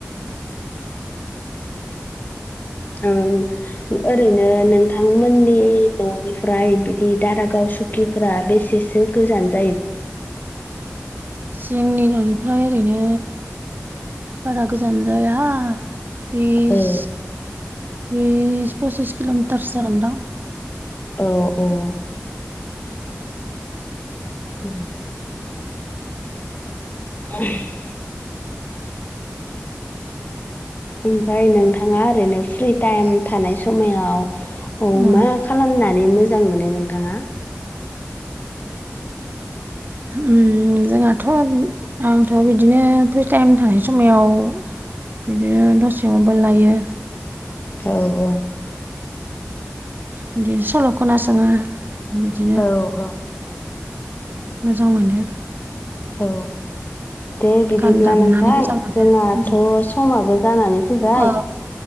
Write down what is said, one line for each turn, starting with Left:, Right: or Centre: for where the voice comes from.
Left: ओं ओरैनो नों नोंथांमोननि न'निफ्राय बिदि दारागाव, सुकिफोरा बेसेसो गोजान?
Right: जोंनि न'निफ्राय ओरैनो बारा गोजान जाया। बिस,
Left: औ
Right: बिस पसिस किल'मिटारसो जागोन दां।
Left: औ औ। उम <inaudible> ओमफ्राय नोंथाङा ओरैनो फ्रि टाइम थानाय समायाव अ
Right: उम
Left: मा खालामनानै मोजां मोनो नोंथाङा?
Right: उम जोंहाथ' आंथ' बिदिनो फ्रि टाइम थानाय समायाव बिदिनो दसे मबाइल नायो।
Left: औ औ।
Right: बिदिनो सल' खोनासङो। बिदिनो
Left: औ औ।
Right: मोजां मोनो।
Left: औ दे बिदिब्ला
Right: गान दामनानै
Left: नोंथां
Right: मोजां मोनो
Left: जोंहाथ'
Right: उम।
Left: समाबो जानानै फैबाय
Right: अ